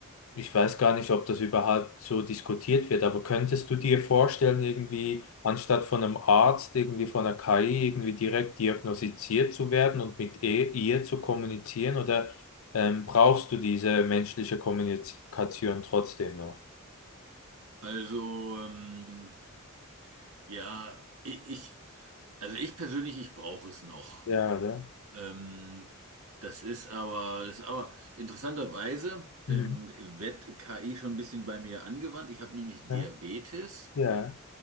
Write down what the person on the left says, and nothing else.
ich weiß gar nicht, ob das überhaupt so diskutiert wird, aber könntest du dir vorstellen, irgendwie anstatt von einem Arzt, irgendwie von einer KI, irgendwie direkt diagnostiziert zu werden und mit e- ihr zu kommunizieren oder ähm, brauchst du diese menschliche Kommunikation trotzdem noch.
Ja, oder?
Mhm.
Ja,
ja.